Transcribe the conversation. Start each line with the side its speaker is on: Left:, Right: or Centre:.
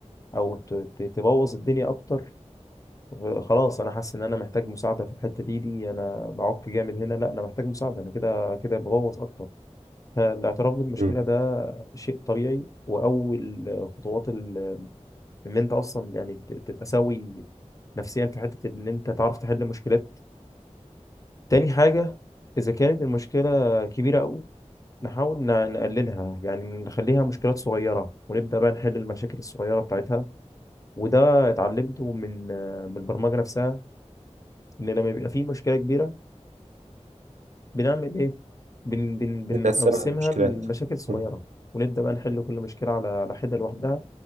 Left: أو ت- ت- تبوظ الدنيا أكتر خلاص انا حاسس ان انا محتاج مساعده في الحته دي دي انا بعك جامد هنا لا انا محتاج مساعده انا كده كده بغوص اكتر فالاعتراف بالمشكله
Right: مم.
Left: ده شيء طبيعي واول خطوات ال- ان انت اصلا يعني ت- تبقى سوي نفسيا في حته ان انت تعرف تحل مشكلات تاني حاجه اذا كانت المشكله كبيره قوي نحاول ن- نقللها يعني نخليها مشكلات صغيره ونبدا بقى نحل المشاكل الصغيره بتاعتها وده اتعلمته من من البرمجه نفسها ان لما بيبقى في مشكله كبيره بنعمل ايه بن بن بنقسمها
Right: بتقسمها المشكلات
Left: لمشاكل صغيره
Right: مم.
Left: ونبدا بقى نحل كل مشكله على على حده لوحدها